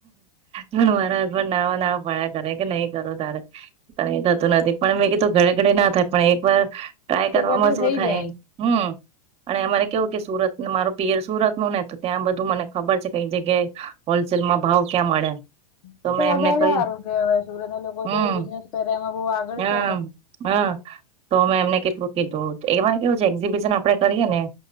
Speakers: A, on the right (about 35°); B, on the left (about 70°).
A: પણ મારા હસબન્ડ ના ના ભડ્યા કરે કે નહી કરું તારે થતું નથી પણ મે તો ઘરે ઘડે ના થાય પણ એક વાર ટ્રાય
B: હા
A: કરવામાં
B: એક વાર તો
A: શું
B: થઈ
A: થાય
B: જાય એ
A: હમ. અને અમારે કેવું કે સુરત મારું પિયર સુરત નું ને તો ત્યાં બધું મને ખબર છે, કઈ જગ્યાએ? હોલસેલમાં ભાવ ક્યાં મળે?
B: તો
A: મેં
B: વધારે
A: એમને કહ્યું
B: આરોગ્ય હોય સુરત ના લોકો
A: હમ
B: તો એવું બિઝનેસ કરે એમાં બહ આગળ
A: હા
B: છે,
A: હા
B: <inaudible>
A: તો મેં એમને કેટલું કીધું એમાય કેવું છે, એક્ઝિબિશન આપડે કરીએ ને.